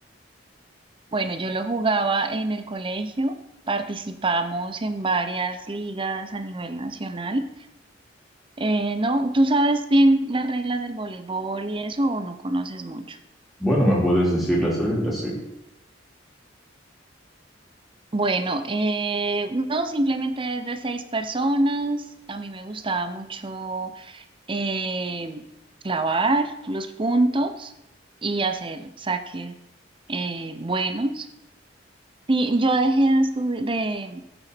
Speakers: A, on the right (about 30°); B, in the centre.
A: Bueno, yo lo jugaba en el colegio, participamos en varias ligas a nivel nacional. Eh, no, ¿tú sabes bien las reglas del voleibol y eso o no conoces mucho?
B: Bueno, me puedes decir las reglas, sí.
A: Bueno, eh, no, simplemente es de seis personas. A mí me gustaba mucho eh, clavar los puntos y hacer saques eh, buenos. Sí, yo dejé de, estudi- de,